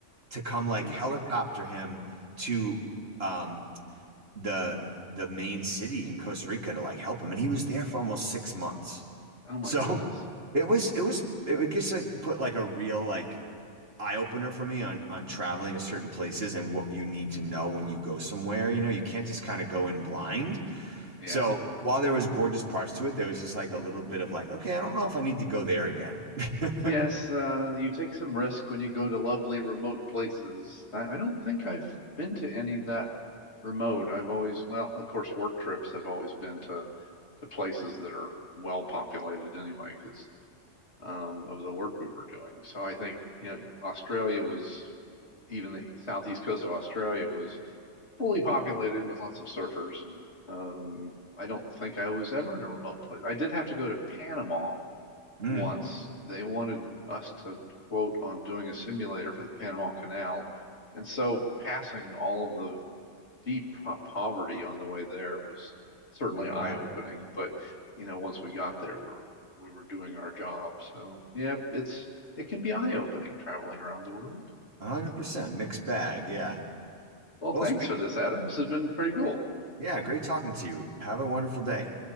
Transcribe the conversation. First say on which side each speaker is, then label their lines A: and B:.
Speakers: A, on the right; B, on the left.
A: to come like
B: <laughs>
A: helicopter him to um, the the main city in Costa Rica to like help him, and he was there for almost six months. <laughs>
B: oh my
A: So
B: goodness
A: it was it was it would just like put like a real like eye opener for me on on traveling to certain places and what you need to know when you go somewhere. You know, you can't just kind of go in blind.
B: yeah
A: So while there was gorgeous parts to it, there was just like a little bit of like, okay, I don't know if I need to go there again. <laughs>
B: Yes, uh, you take some risk when you go to lovely remote places. I, I don't think I've been to any that remote. I've always, well, of course, work trips have always been to to places that are well populated anyway, because um, of the work we were doing. So I think, you know, Australia was even the southeast coast of Australia was fully populated with lots of surfers, and um, I don't think I was ever in a remote place. I did have to go to Panama
A: Mm,
B: once. They wanted us to quote on doing a simulator for the Panama Canal. And so passing all of the deep po- poverty on the way there was certainly
A: yeah,
B: eye-opening. But, you know, once we got there, we were we were doing our job. So, yeah, it's it can be eye-opening traveling around the world.
A: 100% mixed bag. Yeah.
B: Well,
A: Well,
B: thanks
A: it's great.
B: for this, Adam. This has been pretty cool.
A: Yeah, great talking to you. Have a wonderful day.